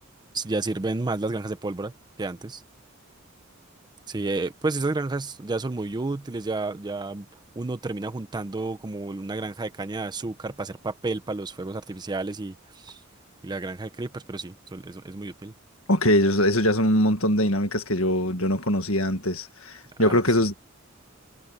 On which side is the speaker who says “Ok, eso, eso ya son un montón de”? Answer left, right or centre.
Left